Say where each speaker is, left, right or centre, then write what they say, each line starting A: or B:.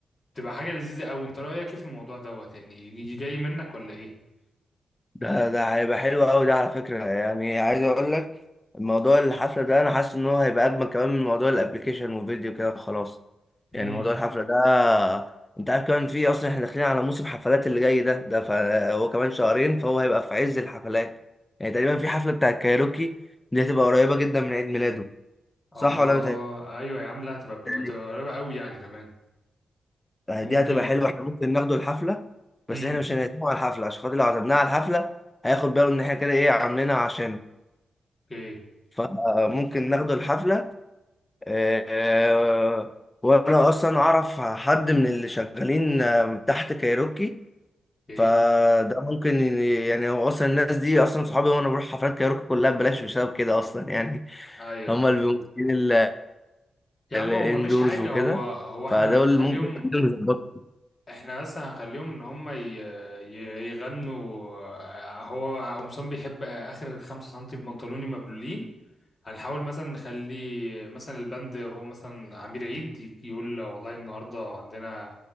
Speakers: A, on the left; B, on the left.
A: تبقى حاجه لذيذه قوي انت رايك ايه في الموضوع دوت يعني يجي- جاي منك ولا ايه
B: ده ده هيبقى حلو قوي ده على فكرة يعني عايز اقول لك الموضوع الحفلة ده انا حاسس ان هو هيبقى اجمل كمان من موضوع الابليكيشن وفيديو كده خلاص يعني
A: امم
B: موضوع الحفلة ده انت عارف كمان في اصلا احنا داخلين على موسم حفلات اللي جاي ده ده فهو كمان شهرين فهو هيبقى في عز الحفلات يعني تقريبا في حفلة بتاع الكايروكي دي هتبقى قريبة جدا من عيد ميلاده
A: اه
B: صح ولا
A: ايوه يا عم لا هتبقى
B: بتهيألي؟
A: هتبقى قريبه قوي يعني كمان
B: دي
A: ممكن
B: هتبقى حلوة احنا ممكن ناخده الحفلة بس
A: امم
B: احنا مش هنعزمه على الحفلة عشان خاطر لو عزمناه على الحفلة هياخد باله ان احنا كده ايه عاملينها عشانه
A: اوكي
B: فممكن ناخده الحفلة آه، وأنا أصلا أعرف حد من اللي شغالين آه، تحت كايروكي
A: اوكي
B: فده ممكن ي- يعني هو أصلا الناس دي أصلا صحابي وأنا بروح حفلات كايروكي كلها ببلاش بسبب كده أصلا يعني
A: ايوه
B: هما اللي بيمثلين ال-
A: يا
B: الاندورز
A: عم هو مفيش حاجة
B: وكده
A: هو هو احنا
B: فدول
A: هنخليهم
B: ممكن يكونوا يظبطوا.
A: احنا بس هنخليهم ان هم ي... ي- يغنوا آه، هو قمصان بيحب اخر خمسة سنتي بنطلوني مبلولين هنحاول مثلا نخلي مثلا البند هو مثلا عمير عيد ي- يقول والله النهارده عندنا